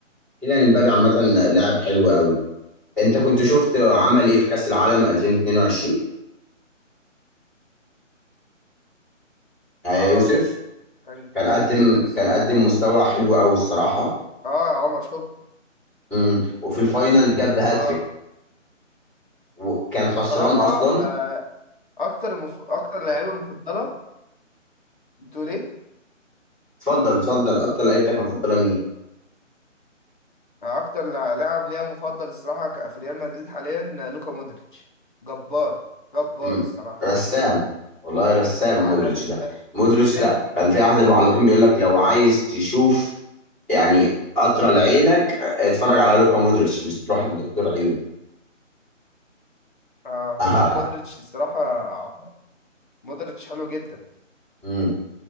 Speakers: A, in the centre; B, on the left (about 40°).
A: كيليان امبابي عامه لاعب حلو قوي انت كنت شفت عمل ايه في كاس العالم 2022 يا
B: اه
A: يوسف
B: كان
A: كان
B: جميل
A: قدم
B: جدا الصراحه
A: كان قدم مستوى حلو قوي الصراحه
B: اه عمر شفته
A: امم. وفي الفاينل جاب هاتريك
B: اه
A: وكان خسران
B: الصراحه
A: اصلا
B: آه اكتر مف... اكتر لعيبه مفضله بتقول ايه
A: اتفضل اتفضل اكتر لعيبتك مفضله مين
B: آه، اكتر لع- لاعب ليا مفضل الصراحه ك- في ريال مدريد حاليا آه، لوكا مودريتش جبار جبار
A: مم.
B: الصراحه
A: رسام والله رسام
B: عالمي
A: مودريتش
B: بجد
A: ده مودريتش
B: يستاهل
A: ده كان في احد المعلقين بيقول لك لو عايز تشوف يعني قطره لعينك اتفرج على لوكا مودريتش مش تروح للدكتور عيون
B: اه
A: <laughs> اهاها
B: لا مودريتش الصراحة مودريتش حلو جدا
A: مم.